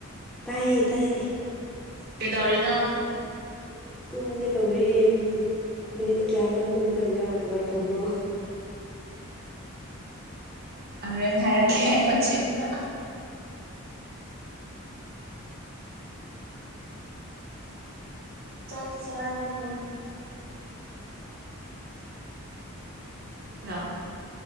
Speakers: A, in the centre; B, on the right.
A: ꯇꯥꯏꯌꯦ ꯇꯥꯏꯌꯦ
B: ꯄꯦꯗꯥꯧꯔꯤꯅ
A: ꯇꯨꯝꯒꯦ ꯇꯧꯔꯦ ꯃꯤꯅꯤꯠ ꯃꯤꯅꯤꯠ ꯀꯌꯥ ꯉꯥꯡꯅꯒꯗꯕ꯭ꯔꯥ ꯀꯃꯥꯏꯅ
B: <unintelligible>
A: ꯇꯧꯕ꯭ꯔꯣ
B: ꯍꯣꯔꯦꯟꯦꯟ ꯍꯥꯏꯔꯛꯀꯦ ꯑꯩ ꯋꯥꯣꯆꯦꯞꯗ ꯆꯗꯤ ꯆꯥꯔꯣꯕꯣ ꯍꯂ